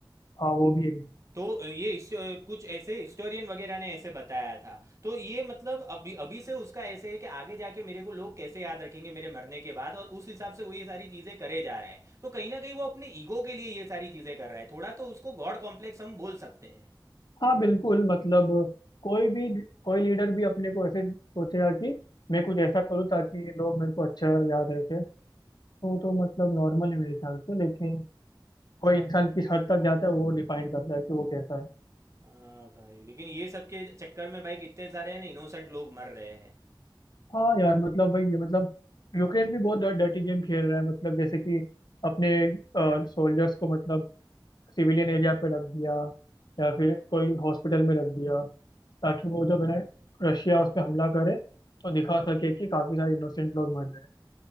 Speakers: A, on the left; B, on the right.
A: हाँ वो भी है
B: तो अ, ये हिस्ट- अ, कुछ ऐसे हिस्टोरियन वगैरह ने ऐसे बताया था तो ये मतलब अभी अभी से उसका ऐसे है कि आगे जाके मेरे को लोग कैसे याद रखेंगे मेरे मरने के बाद और उस हिसाब से वो ये सारी चीज़ें करे जा रहा है तो कहीं ना कहीं वो अपने ईगो के लिए ये सारी चीज़ें कर रहा है थोड़ा तो उसको गॉड कॉम्प्लेक्स हम बोल सकते हैं
A: हाँ बिल्कुल मतलब कोई भी कोई लीडर भी अपने को ऐसे सोचेगा कि मैं कुछ ऐसा करूँ ताकि ये लोग मेरे को अच्छा याद रखे तो तो मतलब नॉर्मल है मेरे ख्याल से लेकिन कोई इंसान किस हद तक जाता है वो डिफाइन करता है कि वो कैसा है
B: हाँ भाई लेकिन ये सब के चक्कर में भाई कितने सारे है ना इनोसेंट लोग मर रहे हैं
A: हाँ यार मतलब भाई ये मतलब यूक्रेन भी बहुत डर्टी गेम खेल रहा है मतलब जैसे कि अपने सोल्जर्स को मतलब सिविलियन एरिया पे रख दिया या फिर कोई हॉस्पिटल में रख दिया ताकि वो जब है ना रशिया उस पर हमला करे तो दिखा सके कि काफी सारे इनोसेंट लोग मर रहे हैं